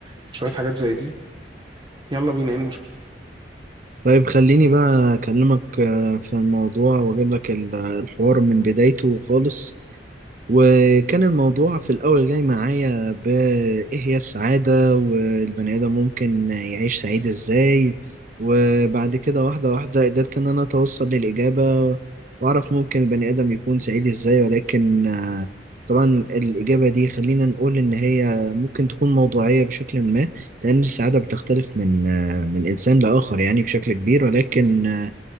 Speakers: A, on the right; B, on the right.
A: في شوية حاجات زي دي يلا بينا إيه
B: طيب خليني بقى أكلمك آه، في الموضوع وأجيب لك ال- الحوار من بدايته خالص وكان الموضوع في الأول جاي معايا بإيه هي السعادة والبني آدم ممكن يعيش سعيد إزاي وبعد كده واحدة واحدة قدرت إن أنا أتوصل للإجابة وأعرف ممكن البني آدم يكون سعيد إزاي ولكن آه، طبعا الإجابة دي خلينا نقول إن هي ممكن تكون موضوعية بشكل ما لأن السعادة بتختلف من آه، من إنسان لآخر يعني بشكل كبير ولكن آه،